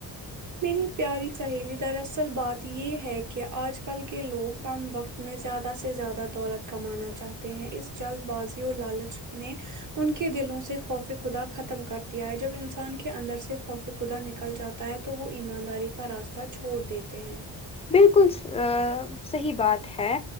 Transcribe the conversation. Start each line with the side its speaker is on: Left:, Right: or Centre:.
Right: میری پیاری سہیلی در اصل بات یہ ہے کہ آج کل کے لوگ کم وقت میں زیادہ سے زیادہ دولت کمانا چاہتے ہیں اس جلد بازی اور لالچ نے ان کے دلوں سے خوف خدا ختم کر دیا ہے جب انسان کے اندر سے خوف خدا نکل جاتا ہے تو وہ ایمانداری کا راستہ چھوڑ دیتے ہیں
Left: بالکل صحیح بات ہے